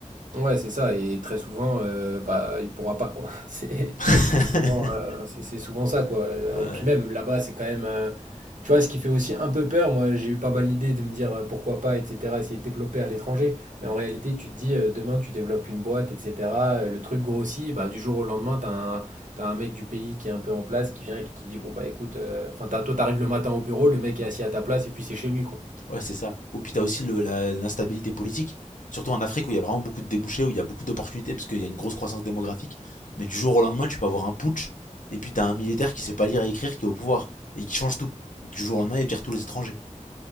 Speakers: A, on the right; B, on the left.
A: Ouais, c'est ça et très souvent, heu, bah, il pourra pas quoi. <laughs> C'est
B: <laughs>
A: souvent, heu, c'est c'est souvent ça quoi, Euh,
B: Ouais.
A: et puis même là-bas, c'est quand même, heu, tu vois, ce qui fait aussi un peu peur, moi, j'ai eu pas mal l'idée de me dire, heu: «Pourquoi pas?» et cetera, essayer de développer à l'étranger. Mais en réalité, tu te dis, heu, demain, tu développes une boîte et cetera, heu, le truc grossit, bah, du jour au lendemain, t'as as un tu un mec du pays qui est un peu en place, qui vient et qui te dit: «Bon, bah, écoute», heu, enfin, t'as toi, t'arrives le matin au bureau, le mec est assis à ta place et puis c'est chez lui quoi.
B: Ouais, c'est ça. Ou puis t'as aussi le- la- l'instabilité politique, surtout en Afrique où il y a vraiment beaucoup de débouchés, où il y a beaucoup d'opportunités, parce qu'il y a une grosse croissance démographique. Mais du jour au lendemain, tu peux avoir un putsch, et puis t'as un militaire qui sait pas lire et écrire, qui est au pouvoir, et qui change tout. Du jour au lendemain, il vire tous les étrangers.